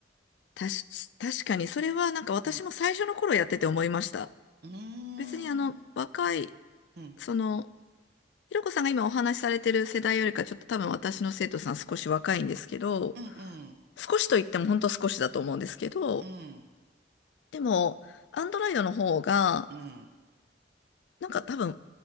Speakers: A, on the left; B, on the right.
A: たし、確かに、それはなんか私も最初の頃やってて思いました。
B: うん。うーん。
A: 別にあの、若い、
B: うん。
A: その、ひろこさんが今お話しされてる世代よりか、ちょっと多分私の生徒さん少し若いんですけど、
B: うん。うん。
A: 少しと言っても本当少しだと思うんですけど、
B: うん。
A: でも、アンドロイドの方が、
B: うん
A: なんか多分、